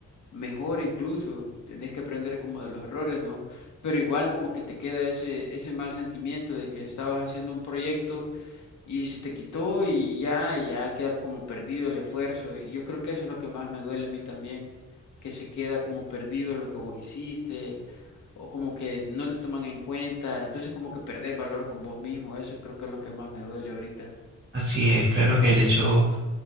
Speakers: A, on the left; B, on the right.
A: mejor incluso, tenés que aprender como de los errores, ¿no? Pero igual como que te queda ese, ese mal sentimiento de que estabas haciendo un proyecto y se te quitó y ya, y ya queda como perdido el esfuerzo. Y Yo creo que eso es lo que más me duele a mí también, que se queda como perdido lo que vos hiciste, o como que no te toman en cuenta, entonces como que perdés valor con vos mismo, eso creo que es lo que más me duele ahorita.
B: Así es, claro que el hecho